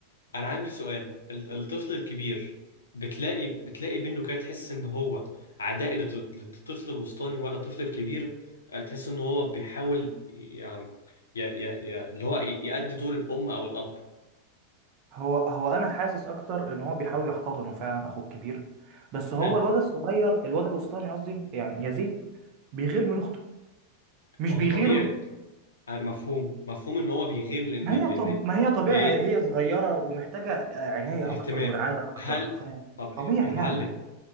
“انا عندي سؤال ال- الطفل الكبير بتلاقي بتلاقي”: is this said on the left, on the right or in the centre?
Left